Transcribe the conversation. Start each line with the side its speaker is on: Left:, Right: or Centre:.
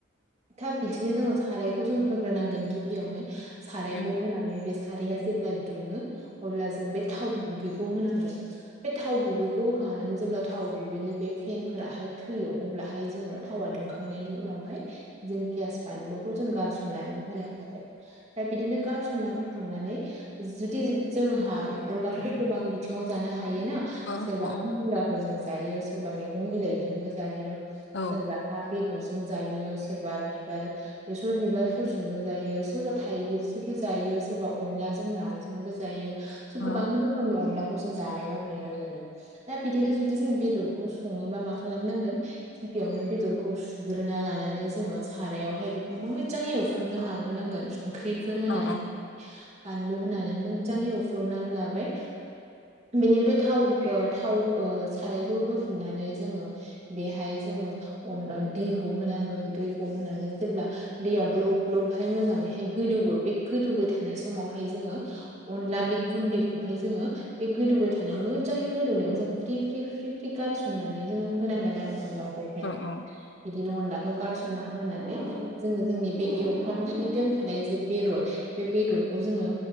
Right: थाब बिदिनो जोङो सारायखौ जों होग्रोनांगोन गिबियावनो सारायखौ
Left: उम
Right: होनानै बे खाराया जेब्ला दुङो अब्ला जों बे थाव गुबैखौ होनांगोन बे थाव गुबैखौ बोखांनानै जेब्ला थाव बिदिनो बे फेन फोराहाय थैयो अब्लाहाय जोङो थावा दुंखांनायनि उनावहाय जों पियास बानलुखौ जों गारसननानै होनो हाबाय दा बिदिनो गारसनना होखांनानै जुदि जों जोंहा अनलाखौथ' गोबां बिथिङाव जानो हायो हायोना
Left: औ
Right: सोरबा
Left: औ
Right: हाम मुलाफोरजों जायो सोरबा मैगं बिलाइजोंबो जायो
Left: औ
Right: सोरबाहा बेदरजों जायो सोरबा बिबार बेसर बिबारफोरजोंबो जायो सोरबा थाइगिरजोबो जायो सोरबा अनलाजों नाजोंबो जायो गोबां
Left: औ
Right: रोखोमनि अनलाखौ जों जानायखौ नुनो मोनो दा बिदिनो जुदि जों बेदरखौ सङोबा जों मा खालामनांगोन गिबियावनो बेदरखौ सुग्रोना लानानै जोङो सारायावहाय बेखौ मोजाङै एवफ्रामना लाग्रोनांगोन संख्रिफोर होनानै
Left: औ औ
Right: बानलु होनानै मोजाङै एवफ्रबनानै लाबाय बेनिफ्राय अ थाव ओ थाव साराय होफिन्नानै जोङो बेहाय जोङो दैखौ होनांगोन दैखौ होनानै जेब्ला दैया ग्लब ग्लबहाय मोजाङैहाय गोदौवो बे गोदौबाय थानाय समावहाय जोङो अनला बे गुन्दैखौहाय जोङो बे गोदौबाय थानाय मोजाङै गोदौनायाव जों फ्रि फ्रि फ्रि फ्रि गारसननानै जोङो होनांगोन आरो अनलाखौहाय
Left: औ औ
Right: बिदिनो अनलाखौ गारसन सनना होनानै जोङो जोंनि बे एवफ्रामनानै दोनखानाय जे बेदर बे बेदरखौ जोङो